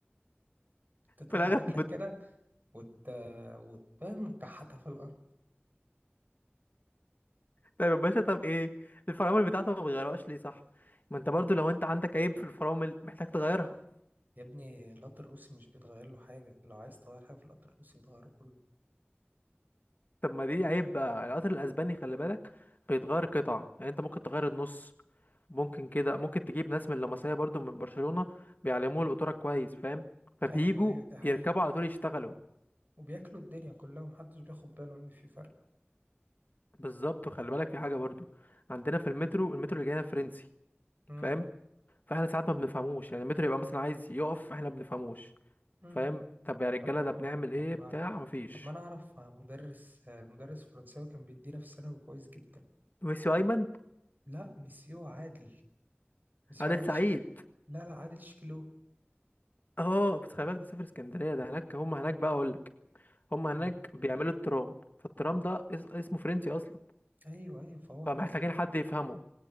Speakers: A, on the right; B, on the left.
A: تطلع
B: في الاغلب
A: رجلك
B: <laughs> بت...
A: كده وت وتفهم كحتها في الارض
B: طيب يا باشا طب ايه الفرامل بتاعته ما بيغيرهاش ليه صح ما انت برضو لو انت عندك عيب في الفرامل محتاج تغيرها
A: يا ابني القطر الروسي مش بيتغير له حاجة لو عايز تغير حاجة في القطر الروسي بتغيره كله
B: طب ما دي عيب بقى القطر الاسباني خلي بالك بيتغير قطع يعني انت ممكن تغير النص ممكن كده ممكن تجيب ناس من اللمسيه برضو من برشلونة بيعلموه القطوره كويس فاهم فبييجوا
A: ايوه ايوه دي حقيقة
B: يركبوا على طول يشتغلوا
A: وبياكلوا الدنيا كلها ومحدش بياخد باله ان في فرق
B: بالظبط وخلي بالك في حاجه برضو عندنا في المترو المترو اللي جاينا فرنسي
A: امم
B: فاهم فاحنا ساعات ما بنفهموش يعني المترو يبقى مثلا عايز يقف احنا ما بنفهموش
A: امم
B: فاهم طب يا رجاله
A: طب ما
B: ده بنعمل
A: ما-
B: ايه
A: طب ما
B: بتاع مفيش
A: طب ما انا اعرف مدرس المدرس الفرنساوي كان بيدينا في الثانوي كويس جدا
B: ميسيو ايمن
A: لا مسيو عادل مسيو
B: عادل
A: عادل
B: سعيد
A: شكا لا لا عادل شكلو
B: اه بس خلي بالك ده سافر اسكندريه ده هناك هم هناك بقى اقول لك هم هناك
A: مم.
B: بيعملوا الترام فالترام ده اس- اسمه فرنسي اصلا
A: ايوه ايوه فهو هناك
B: فمحتاجين حد يفهمه